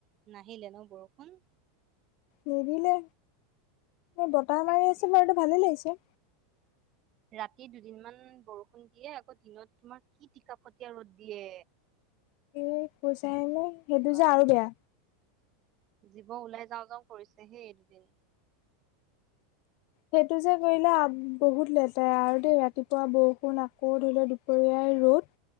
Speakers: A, on the right (about 30°); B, on the left (about 45°).
A: নাহিলে ন বৰষুণ।
B: নিদিলে বতাহ
A: তাকে
B: মাৰি আছে বাৰুটো ভালে লাগিছে।
A: ৰাতি দুদিনমান বৰষুণ দিয়ে, আকৌ দিনত তোমাৰ কি টিকাফটীয়া ৰ'দ দিয়ে।
B: এ কয় চাহে নে সেইটো
A: বা
B: যে আৰু বেয়া।
A: জীৱ ওলাই যাওঁ যাওঁ কৰিছেহেই এই দুদিন।
B: সেইটো যে কৰিলে বহুত লেতেৰা আৰু দেই ৰাতিপুৱা বৰষুণ আকৌ ধৰি লওঁ দুপৰীয়াই। ৰ'দ